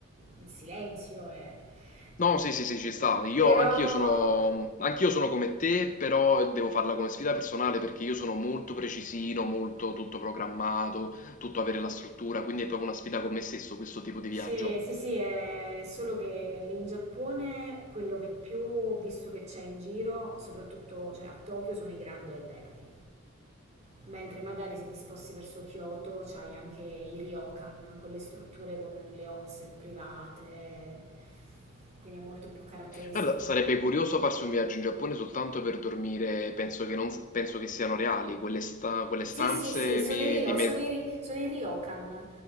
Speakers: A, on the right; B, on the left.
A: in silenzio. e-
B: No,
A: quindi-
B: sì, sì, sì, ci sta. Io,
A: Però
B: anch'io sono, anch'io sono come te, però devo farla come sfida personale perché io sono molto precisino, molto tutto programmato, tutto avere la struttura, quindi è proprio una sfida con me stesso questo tipo di viaggio.
A: sì, sì, sì, è solo che lì in Giappone quello che più ho visto che c'è in giro, soprattutto cioè, a Tokyo, sono i grandi alberghi. Mentre magari se ti sposti verso Kyoto c'hai anche i ryokan, quelle strutture con le onsen private, quindi è molto più caratteristico.
B: Guarda, sarebbe curioso farsi un viaggio in Giappone soltanto per dormire, penso che, non, s- penso che siano reali quelle, sta- quelle
A: Sì,
B: stanze
A: sì, sì, sono
B: me-
A: i, ryo,
B: di me...
A: sono i, ri- sono i ryokan,